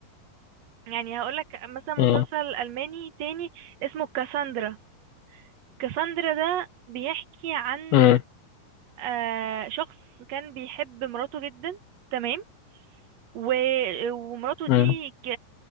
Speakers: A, on the right; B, on the left.
A: يعني هقولك مثلا مسلسل
B: مم.
A: الماني تاني اسمه كاساندرا كاساندرا ده بيحكي عن
B: مم.
A: آه، شخص كان بيحب مراته جدا تمام و... ومراته
B: مم.
A: دي ك-